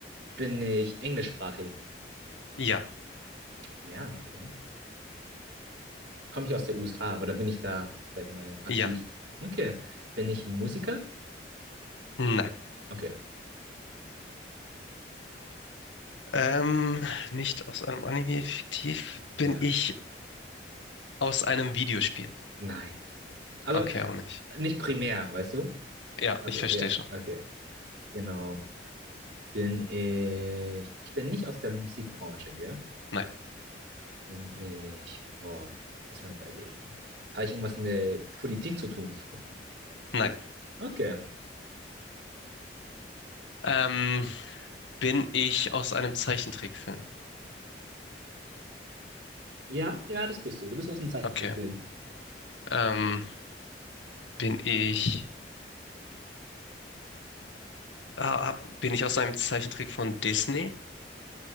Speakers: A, on the right; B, on the left.
A: Bin ich englischsprachig?
B: ja,
A: Ja, okay. Komme ich aus der USA oder bin ich da, sag ich mal, aktiv?
B: ja,
A: Okay. Bin ich ein Musiker?
B: nein.
A: Okay.
B: Ähm, nicht aus einem Anime fiktiv.
A: Ja.
B: Bin ich aus einem Videospiel?
A: Nein. Also
B: Okay, auch nicht.
A: nicht primär, weißt du?
B: Ja,
A: Also,
B: ich verstehe
A: ja,
B: schon.
A: okay. Genau. Bin ich. Ich bin nicht aus der Musikbranche, gell?
B: Nein,
A: Bin ich. Boah, lass mal überlegen. Habe ich irgendwas mit Politik zu tun?
B: nein.
A: Okay.
B: Ähm, bin ich aus einem Zeichentrickfilm?
A: Ja, ja, das bist du. Du bist aus dem Zeichentrickfilm.
B: Okay. Ähm, bin ich, ah, ah, bin ich aus einem Zeichentrick von Disney?